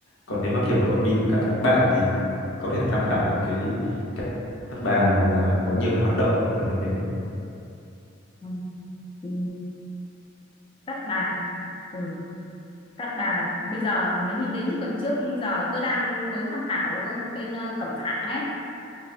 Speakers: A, on the left (about 70°); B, on the left (about 25°).
A: còn nếu mà kiểu cậu đi với các các bạn thì có thể là tham khảo về cái cái Cát Bà là có nhiều cái hoạt động kiểu như thế
B: Ừ. Ừ. Cát Bà. Ừ. Cát Bà bây giờ mới nghĩ đến chứ còn trước giờ cứ đang mới tham khảo bên ờ, Cẩm Phả ấy.